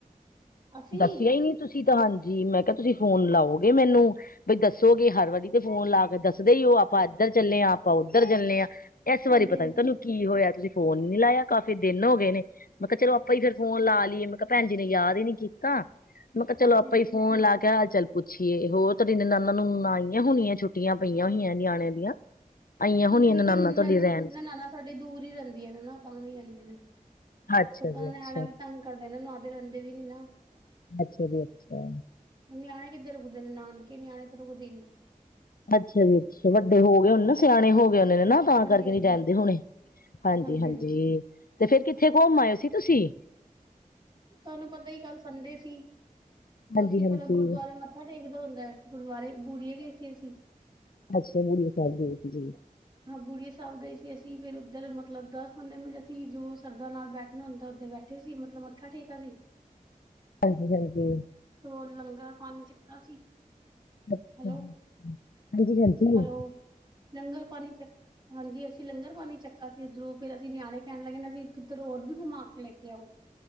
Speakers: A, on the right (about 30°); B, on the left (about 85°).
A: ਅਸੀਂ?
B: ਦੱਸਿਆ ਹੀ ਨਹੀਂ ਤੁਸੀਂ ਤਾਂ ਹਾਂਜੀ ਮੈਂ ਕਿਹਾ ਤੁਸੀਂ ਫੋਨ ਲਓਗੇ ਮੈਨੂੰ ਬਈ ਦੱਸੋਗੇ ਹਰ ਵਾਰੀ ਤੇ ਫੋਨ ਲਾ ਕੇ ਦੱਸਦੇ ਈ ਉਹ ਆਪਾਂ ਇੱਧਰ ਚੱਲੇ ਹਾਂ ਆਪਾਂ ਉੱਧਰ ਚੱਲੇ ਹਾਂ। ਇਸ ਵਾਰੀ
A: ਹਾਂਜੀ-ਹਾਂਜੀ,
B: ਪਤਾ ਨੀ ਤੁਹਾਨੂੰ ਕੀ ਹੋਇਆ ਤੁਸੀਂ ਫੋਨ ਨੀ ਲਾਇਆ ਕਾਫ਼ੀ ਦਿਨ ਹੋ ਗਏ ਨੇ ਮੈਂ ਕਿਹਾ ਚਲੋ ਆਪਾਂ ਹੀ ਫਿਰ ਫੋਨ ਲਾ ਲਈਏ ਮੈਂ ਕਿਹਾ ਭੈਣੀ ਨੇ ਯਦ ਹੀ ਨੀ ਕੀਤੀ। ਤਾਂ ਮੈਂ ਕਿਹਾ
A: ਹਾਂਜੀ-ਹਾਂਜੀ।
B: ਚਲੋ ਆਪਾਂ ਹੀ ਫੋਨ ਲਾ ਕੇਹਾਲ ਚਾਲ। ਪੁੱਛੀਏ ਹੋਰ ਤੇਰੀ ਨਨਾਣ ਨੂੰ ਆਈਆਂ ਹੋਣੀਆਂ ਛੁੱਟੀਆਂ ਪਈਆਂ ਹੋਈਆਂ ਨਿਆਣੇ ਦੀਆਂ। ਆਈਆਂ ਹੋਣੀਆਂ
A: ਨਹੀਂ
B: ਨਨਾਨਾ
A: ਜ ਨ
B: ਤੁਹਾਡੀ ਰਹਿਣ
A: ਨਣਾਨਾਂ ਸਾਡੀੇ ਦੂਰ ਹੀ ਰਹਿੰਦੀਆਂ ਨਾ ਤਾਂ ਵੀ ਨੀ ਆਈਆਂ ਨੇ
B: ਅੱਛਾ
A: ਸ
B: ਜੀ ਅੱਛਾ
A: ਨਿਆਣਾ ਵੀ ਤੰਗ ਕਰਦੇ ਨਾ ਨਹਾਦੇ ਰਹਿੰਦੇ ਵੀ ਨੀ ਨਾ
B: ਅੱਛਾ ਜੀ ਅੱਛਾ
A: ਨਿਆਣੇ ਕਿੱਦੇ ਰੁਕਦੇ ਨੇ ਨਾਨਕੇ ਨਿਆਣੇ ਤੇ ਰੁਕਦੇ ਨਿ
B: ਅੱਛਾ ਜੀ ਅੱਛਾ ਵੱਡੇ ਹੋ ਗਏ ਉਹੇ ਨਾ ਸਿਆਣੇ ਹੋ ਗਏ ਹੋਨੇ ਨਾ ਤਾਂ
A: ਹਾਂਜੀ-ਹਾਂਜੀ,
B: ਕਰਕੇ ਨੀ ਜਾਂਦੇ ਹੋਣੇ ਹਾਂਜੀ
A: ਹਾਂਜੀ-ਹਾਂਜੀ।
B: ਹਾਂਜੀ ਤੇ ਫੇਰ ਕਿੱਥੇ ਘੁੰਮ ਆਏਓ ਸੀ ਤੁਸੀਂ
A: ਤੁਹਾਨੂੰ ਪਤਾ ਹੀ ਕੱਲ ਸੰਡੇ ਸੀ
B: ਹਾਂਜੀ
A: ਅਸੀਂ
B: ਹਾਂਜੀ
A: ਪਹਿਲਾਂ ਗੁਰਦੁਆਰੇ ਮ ਮੱਥਾ ਟੇਕਦਾ ਹੁੰਦਾ ਹੈ ਗੁਰਦੁਆਰੇ ਬੁੜੀਏ ਗਏ ਸੀ ਅਸੀਂ
B: ਅੱਛਾ ਬੁਰੀਆ ਸਹਿਬ ਗਾਏਸੀ
A: ਹਾਂ ਬੁੜੀ ਸਾਹਿਬ ਗਏ ਸੀ ਅਸੀਂ ਫੇਰ ਉੱਧਰ ਮਤਲਬ ਦਸ ਪੰਦਰਾਂ ਮਿੰਟ ਅਸੀਂ ਜੋ ਸਰਦਾਂ ਨਾਲ ਬੈਠ ਹੁੰਦਾ ਓਦੇ ਬੈਠੇ ਸੀ ਮਤਲਬ ਮੱਥਾ ਠੇਕਾ ਸੀ
B: ਹਾਂਜੀ ਹਾਂਜੀ,
A: ਉਹ ਲੰਗਰ ਪਾਨਿ ਛਕਾ ਸੀ।
B: ਅੱਛਾ
A: ਹੈਲੋ
B: ਹਾਂਜੀ ਹਾਂਜੀ
A: ਹੈਲੋ ਲੰਗਰ ਪਾਣੀ ਛੱਕ ਹਾਂਜੀ ਅਸੀਂ ਲੰਗਰ ਪਾਣੀ ਛਕਾ ਸੀ ਉੱਧਰੋਂ ਫੇਰ ਅਸੀਂ ਨਿਆਣੇ ਕਹਿਣ ਲੱਗ ਅਸੀਂ ਕਿੱਧਰ ਹੋਰ ਵੀ ਘੁੰਮ ਕੇ ਲੈ ਕੇ ਆ।